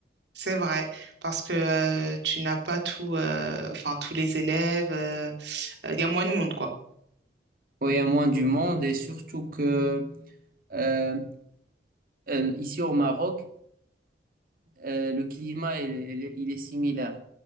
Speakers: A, on the right; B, on the right.
A: C'est vrai, parce que euh, tu n'as pas tout, euh, enfin tous les élèves. Il y a moins de monde, quoi.
B: Oui, il y a moins du monde et surtout que euh, euh, ici au Maroc, euh, le climat, il, il- il est similaire.